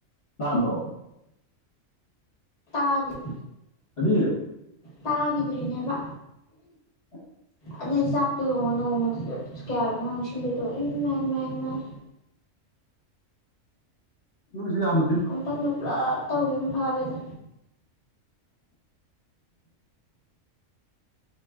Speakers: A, on the left (about 50°); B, on the left (about 35°).
A: ꯌꯥꯥꯗꯣ
B: ꯇꯥꯕꯤꯠ
A: ꯑꯗꯤ
B: ꯇꯥꯒꯗꯔꯤꯅꯦꯕ
A: <unintelligible>
B: ꯑꯗꯨꯗꯩ ꯆꯥꯛꯇꯣ ꯌꯦꯣꯡꯉꯣ ꯅꯣꯡꯃꯗꯨꯗ ꯀꯌꯥꯔꯛꯅ ꯁꯤꯜꯂꯦꯗꯣ ꯏ ꯃꯥꯏ ꯃꯥꯏ ꯃꯥꯏ
A: ꯎ ꯁꯤ ꯌꯥꯝ
B: ꯑꯃꯨꯛꯇꯪꯗ ꯄꯨꯂꯞ ꯇꯧꯋ ꯑꯃ ꯐꯥꯔꯦꯗ